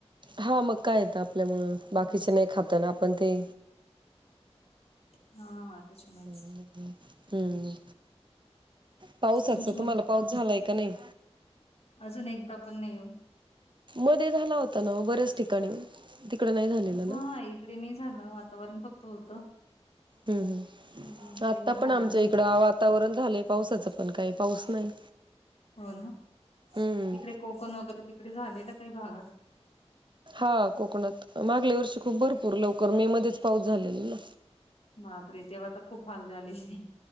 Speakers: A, on the right (about 45°); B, on the left (about 65°).
A: हा मग काय येत आपल्यामुळे बाकीचे नाही खात आपण ते
B: <inaudible> हा. त्याच्यामुळेच.
A: हम्म! पावसाच
B: तुमची म
A: तुम्हाला पाऊस झालायं का नाही?
B: अजून एकदा पण नाही ओ.
A: मध्ये झाला होता ना, बऱ्याच ठिकाणी तिकडं नाही झाले ना.
B: हा इकडे नाही झालं वातावरण फक्त होतं.
A: ह ह.
B: मग काही
A: आता
B: झाला
A: पण आमच्या
B: नाही.
A: इकडं <unintelligible> वातावरण झालंय पावसाचं पण काही पाऊस नाही.
B: हो ना,
A: हम्म.
B: तिकडे कोकण वगैरे तिकडे झालेलं काही भागात.
A: हा कोकणात मागल्या वर्षी खूप खूप भरपूर लवकर मे मध्येच पाऊस झालेला ना.
B: बापरे! तेव्हा तर खूप हाल झालेले.